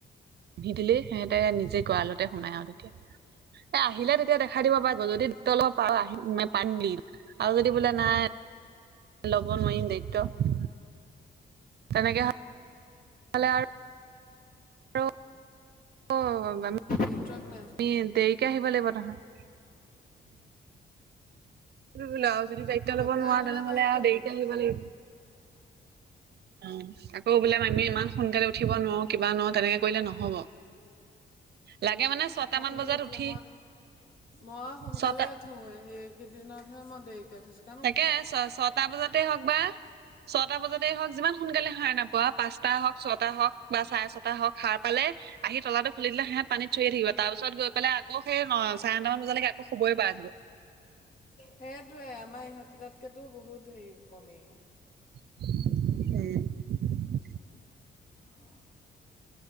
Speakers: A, on the right (about 65°); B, on the left (about 50°).
A: পুহি দিলেই সিহঁতে নিজে গঁৰা়লতে সোমাই আৰু তেতিয়া এ আহিলে তেতিয়া দেখ দেখাই দিব পাৰ যদি তলত প আহে পানীত আৰু যদি বোলে নাই ল'ব নোৱাৰিম দায়িত্ব তেনেকে হয় ভালে আৰু আৰু অ
B: নেটৱৰ্ক নাই
A: তুমি দেৰিকে আহিব লাগিব তহত বুলি আৰু যদি দায়িত্ব
B: দেখুৱাই
A: লব নোৱাৰা
B: দিলে
A: তেনেহ'লে
B: পাৰিম
A: আৰু দেৰিকে আহিব লাগিব অ আকৌ বোলে আমি ইমান সোনকালে উঠিব নোৱাৰো কিবা নোৱাৰো তেনেকে কৰিলে নহব লাগে মানে ছটা
B: মই
A: মান
B: সোনকালে
A: বজাত
B: উঠো
A: উঠি
B: মই সোনকালে
A: ছটা
B: সেইকেইদিনতহে মই দেৰিকেই উঠিছো
A: তাকে ছ ছটা বজাতে হওক বা ছটা বজাতে হওক যিমান সোনকালে সাৰ নাপোৱা পাঁচটা হওক ছটা হওক বা চাৰে ছটা হওক সাৰ পালে আহি তলাটো খুলি দিলে সিহত পানী চৰীয়ে থাকিব তাৰ পিছত গৈ পেলাই আকৌ চাৰে ন মান বজাত আকৌ শুবই পাৰে চোন
B: সেইটোৱে আমাৰ ইহঁত কেইটাত কে তো বহুত হেৰি কমেই
A: উম
B: উম